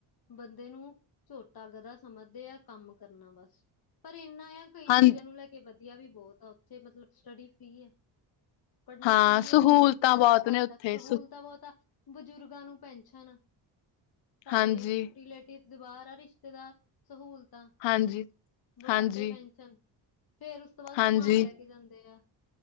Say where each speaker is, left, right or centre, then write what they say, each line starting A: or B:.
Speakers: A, on the left; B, on the left.
A: ਬੰਦੇ ਨੂੰ ਝੋਟਾ ਗਧਾ ਸਮਝਦੇ ਆ ਕੰਮ ਕਰਨਾ ਬਸ, ਪਰ ਇੰਨਾ ਆ ਕਈ
B: ਹਾਂ
A: ਚੀਜ਼ਾਂ ਨੂੰ ਲੈ ਕੇ ਵਧੀਆ ਵੀ ਬਹੁਤ ਆ ਉੱਥੇ ਮਤਲਬ ਸਟੱਡੀ ਫਰੀ ਆ। ਪੜ੍ਹਨਾ
B: ਹਾਂ
A: ਫੀ
B: ਸਹੂਲਤਾਂ
A: ਆ ਉੱਥੇ ਅਠਾਰਾਂ
B: ਬਹੁਤ
A: ਸਾਲ
B: ਨੇ ਉੱਥੇ
A: ਤੱਕ ਸਹੂਲਤਾਂ ਬਹੁਤ ਆ। ਬਜ਼ੁਰਗਾਂ ਨੂੰ ਪੈਨਸ਼ਨ, ਸਾਡੇ
B: ਹਾਂਜੀ
A: ਰਿਲੇਟਿਵ ਦੇ ਬਾਹਰ ਆ ਰਿਸ਼ ਰਿਸ਼ਤੇਦਾਰ ਸਹੂਲਤਾਂ,
B: ਹਾਂਜੀ
A: ਬੁਢਾਪੇ
B: ਹਾਂਜੀ
A: ਪੈਨਸ਼ਨ, ਫੇਰ ਉਸ ਉਸ ਤੋਂ ਬਾਅਦ
B: ਹਾਂਜੀ
A: ਘੁਮਾਨ ਲੈ ਕੇ ਜਾਂਦੇ ਆ।